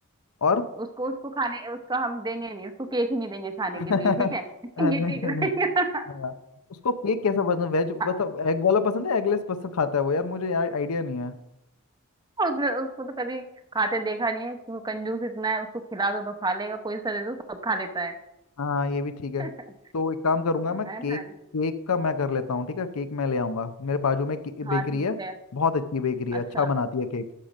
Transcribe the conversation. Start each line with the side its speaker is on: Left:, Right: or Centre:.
Left: और
Right: उसको उसको खाने उसका हम देंगे नहीं उसको केक ही नहीं देंगे खाने
Left: <laughs>
Right: के लिए ठीक है <laughs>
Left: नहीं
Right: ये ठीक रहेगा
Left: नहीं हाँ। उसको केक कैसा पसंद वेज
Right: <laughs>
Left: मतलब एग वाला पसंद है एगलेस पसंद खाता है वो यार मुझे यार आइडिया नहीं है
Right: उसने उसको तो कभी खाते देखा नहीं है कि वो कंजूस इतना है उसको खिला दो तो खा लेगा कोई सा दे दो सब खा लेता है
Left: हाँ ये भी ठीक है
Right: <laughs>
Left: तो एक काम करूंगा मैं
Right: है
Left: केक
Right: ना
Left: केक का मैं कर लेता हूँ ठीक है केक मैं ले आऊंगा मेरे बाजू में
Right: हाँ
Left: बेकरी
Right: ठीक
Left: है
Right: है
Left: बहुत अच्छी बेकरी है
Right: अच्छा
Left: अच्छा बनाती है केक